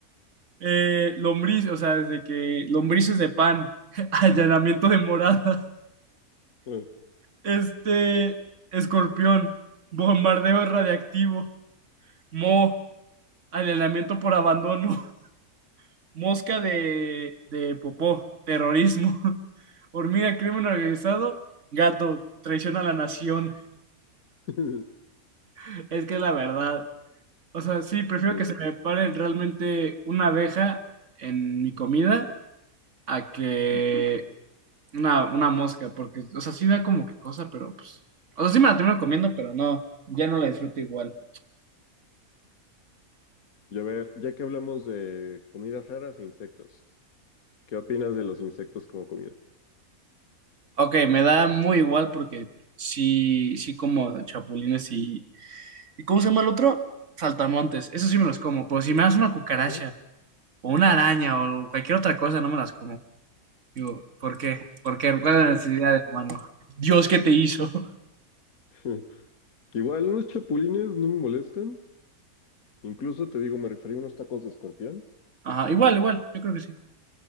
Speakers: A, on the right; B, on the left.
A: Eh, lombriz, o sea, desde que lombrices de pan, <laughs> allanamiento de morada,
B: ah,
A: este, escorpión, bombardeo radiactivo, mo, allanamiento por abandono, <laughs> mosca de, de popó, terrorismo, <laughs> hormiga, crimen organizado, gato, traición a la nación,
B: <laughs>
A: <laughs> es que es la verdad. O sea, sí, prefiero
B: Sí.
A: que se me pare realmente una abeja en mi comida a que
B: mm.
A: Una, una mosca, porque, o sea, sí da como que cosa, pero pues. O sea, sí me la termino comiendo, pero no, ya no la disfruto igual.
B: Y a ver, ya que hablamos de comidas raras e insectos, ¿qué opinas de los insectos como comida?
A: Ok, me da muy igual porque sí, sí como chapulines y. ¿Y cómo se llama el otro? Saltamontes. Eso sí me los como, pero si me das una cucaracha
B: ¿No?
A: o una araña o cualquier otra cosa, no me las como. Digo, ¿por qué? ¿Por qué? ¿Cuál es la necesidad de hermano? Dios, ¿qué te hizo? <laughs>
B: <laughs> Igual unos chapulines no me molestan. Incluso te digo, me referí a unos tacos de escorpión,
A: Ajá, igual, igual, yo creo que sí.